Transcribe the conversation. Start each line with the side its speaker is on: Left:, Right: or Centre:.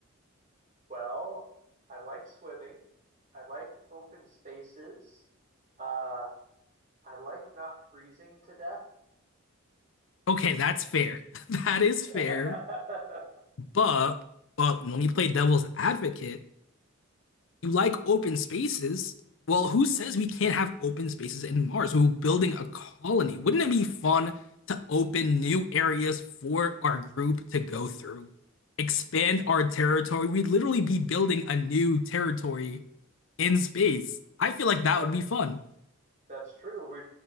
Right: Well, I like swimming. I like open spaces. Uh, I like not freezing to death.
Left: Okay, that's fair. <laughs> That is fair.
Right: <laughs>
Left: But but when you play devil's advocate, you like open spaces. Well, who says we can't have open spaces in Mars? We're building a colony. Wouldn't it be fun to open new areas for our group to go through? Expand our territory. We'd literally be building a new territory in space. I feel like that
Right: That
Left: would be fun.
Right: that's true. We